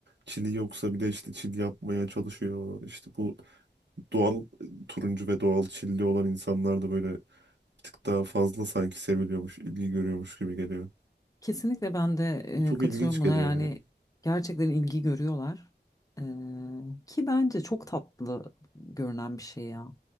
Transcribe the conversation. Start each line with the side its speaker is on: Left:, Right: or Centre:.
Right: çili yoksa bile işte çil yapmaya çalışıyor. İşte bu doğal e, turuncu ve doğal çilli olan insanlar da böyle bir tık daha fazla sanki seviliyormuş, ilgi görüyormuş gibi geliyor.
Left: Kesinlikle ben de
Right: E, Çok
Left: e, katılıyorum
Right: ilginç
Left: buna
Right: geliyor
Left: yani
Right: yani.
Left: gerçekten ilgi görüyorlar. Ee, ki bence çok tatlı görünen bir şey ya.